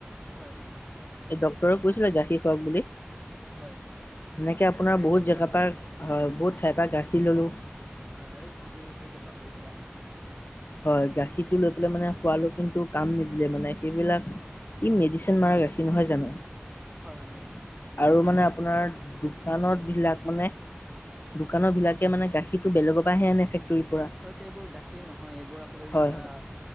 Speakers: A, in the centre; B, on the left (about 55°).
A: হয় হয় হয়।
B: এ ডক্টৰে কৈছিলে গাখীৰ খুৱাক বুলি।
A: হয়।
B: সেনেকৈ
A: আচলতে
B: আপোনাৰ
A: এইটো
B: বহুত
A: হয়
B: জেগাৰ
A: হয়
B: পা বহুত ঠাইপ পৰা গাখীৰ ল'লোঁ।
A: হয়, হয় এই ছাগলী গাখীৰটো খুৱাব, এইটো কাৰণে।
B: হয়, গাখীৰটো লৈ পেলাই মানে খোৱালো, কিন্তু কাম নিদিলে মানে, সেইবিলাক ই মেডিচিন মাৰা, গাখীৰ নহয় জানো।
A: হয় হয় মেডিচিন
B: আৰু মানে আপোনাৰ, দোকানত
A: মেডিচিন
B: বিলাক মানে দোকানৰ বিলাকে মানে গাখীৰটো, বেলেগৰ পৰাহে আনে, ফেক্টৰীৰ পৰা।
A: <unintelligible> এইবোৰ গাখীৰ নহয়, এইবোৰ আচলতে
B: হয়
A: কিবা
B: হয়